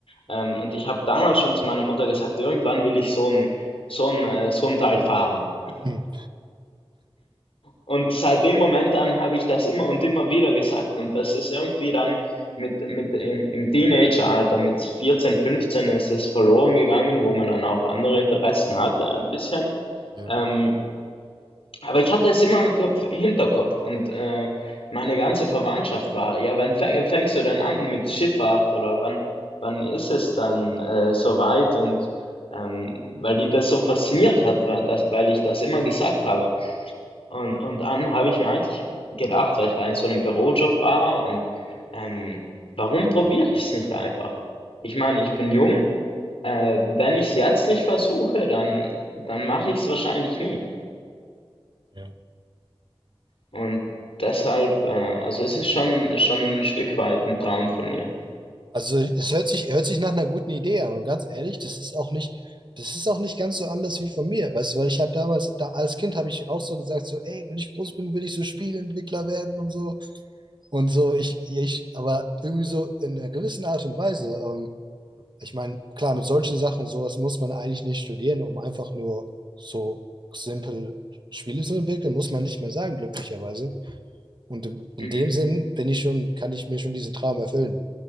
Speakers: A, on the left; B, on the right.
A: Ähm, und ich habe damals schon zu meiner Mutter gesagt, irgendwann will ich so ein, so ein, äh, so ein Teil fahren.
B: Mhm.
A: Und seit dem Moment an habe ich das immer und immer wieder gesagt. Und das ist irgendwie dann mit, mit im, im Teenageralter, mit 14, 15 ist es verloren gegangen, wo man dann auch andere Interessen hatte, ein bisschen.
B: Ja.
A: Ähm, aber ich hatte es immer im Kopf, Hinterkopf und äh, meine ganze Verwandtschaft war, ja, wann fäng- fängst du denn an mit Schifffahrt oder wann, wann ist es dann äh, soweit? Und ähm, weil die das so fasziniert hat, weil, das, weil ich das immer gesagt habe. Und, und dann habe ich mir eigentlich gedacht, weil ich da in so einem Bürojob war und ähm, warum probiere ich es nicht einfach? Ich meine, ich bin jung, äh, wenn ich es jetzt nicht versuche, dann, dann mache ich es wahrscheinlich nie.
B: Ja.
A: Und deshalb, äh, also es ist schon, schon ein Stück weit ein Traum von mir.
B: Also es hört sich, hört sich nach einer guten Idee an. Und ganz ehrlich, das ist auch nicht, das ist auch nicht ganz so anders wie von mir. Weißt du, weil ich habe damals, da, als Kind habe ich auch so gesagt, so, ey, wenn ich groß bin, will ich so Spieleentwickler werden und so. Und so, ich, ich, aber irgendwie so in einer gewissen Art und Weise. Ähm, ich meine, klar, mit solchen Sachen, sowas muss man eigentlich nicht studieren, um einfach nur so simpel Spiele zu entwickeln, muss man nicht mehr sagen, glücklicherweise. Und in, in
A: Mhm.
B: dem Sinn bin ich schon, kann ich mir schon diesen Traum erfüllen.